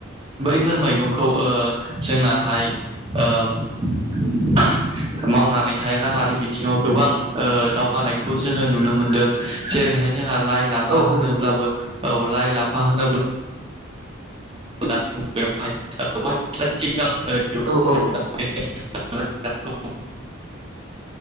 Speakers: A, on the right; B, on the right.
A: <unintelligible> फोर मैगंखौ ओ जोंनाहाय ओम <unintelligible> मावनानै हाय रांयारिबिथिङाव गोबां ओ दावगानायखौ जोङो नुनो मोनदों जेरैहाय जोंहा लाइ लाफा
B: औ
A: होनोब्लाबो
B: औ नंगौ
A: औ लाइ लाफा होनोब्ला <unintelligible> <unintelligible>
B: औ औ